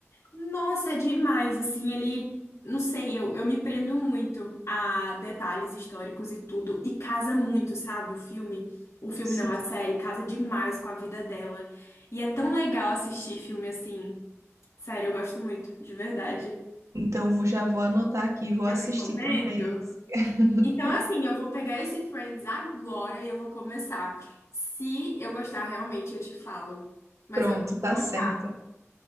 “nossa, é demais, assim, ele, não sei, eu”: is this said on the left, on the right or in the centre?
Left